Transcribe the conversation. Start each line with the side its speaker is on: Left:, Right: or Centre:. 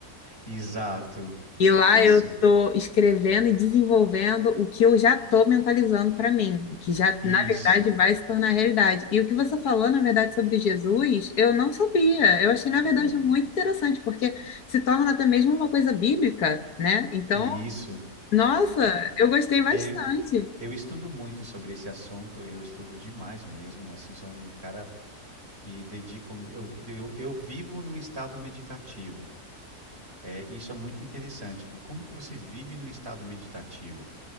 Right: Exato.
Left: E
Right: Isso.
Left: lá eu estou escrevendo e desenvolvendo o que eu já estou mentalizando para mim, o que já,
Right: Isso.
Left: na verdade, vai se tornar realidade. E o que você falou, na verdade, sobre Jesus, eu não sabia. Eu achei, na verdade,
Right: É.
Left: muito interessante, porque se torna até mesmo uma coisa bíblica, né? Então,
Right: E isso.
Left: nossa, eu gostei bastante.
Right: Eu, eu estudo muito sobre esse assunto, eu estudo demais mesmo. Assim, sou um cara que dedico. Eu, eu, eu vivo num estado meditativo. É, isso é muito interessante. Como que você vive num estado meditativo?